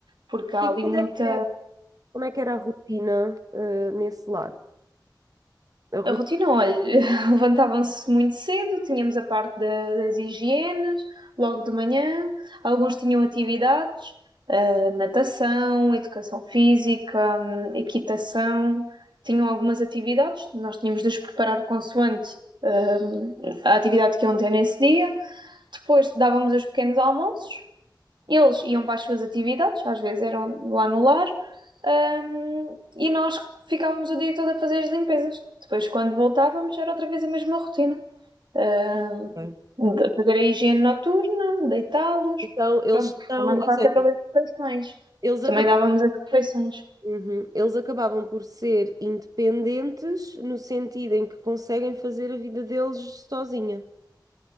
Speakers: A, on the right; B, on the right.
A: porque há
B: E
A: ali
B: Como
A: muita
B: é como é que era a rotina eh, nesse lar? A
A: A rotina, olha, <laughs> levantavam-se muito cedo, tínhamos a parte da- das higienes, logo de manhã, alguns tinham atividades, eh, natação, educação física, hum, equitação, tinham algumas atividades, nós tínhamos de os preparar consoante, hum, a atividade que iam ter nesse dia. Depois dávamos os pequenos almoços, eles iam para as suas atividades, às vezes eram lá no lar, hum, e nós ficávamos o dia todo a fazer as limpezas. Depois, quando voltávamos, era outra vez a mesma rotina. Hum,
B: rotina.
A: de fazer a higiene noturna, deitá-los,
B: Então, eles
A: pronto,
B: estão,
A: também
B: ou
A: passa
B: seja,
A: pelas refeições.
B: eles
A: Também
B: acabaram
A: dávamos as refeições.
B: Uhum. Eles acabavam por ser independentes no sentido em que conseguem fazer a vida deles sozinha.